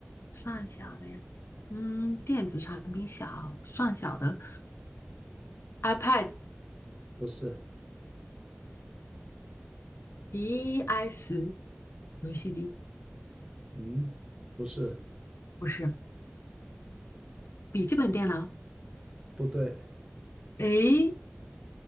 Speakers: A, on the left; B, on the right.
A: 算小的呀，嗯，电子产品小，算小的，iPad、
B: 不是，
A: ，i s 游戏机
B: 嗯，不是，
A: 不是，笔记本电脑，
B: 不对，
A: 诶，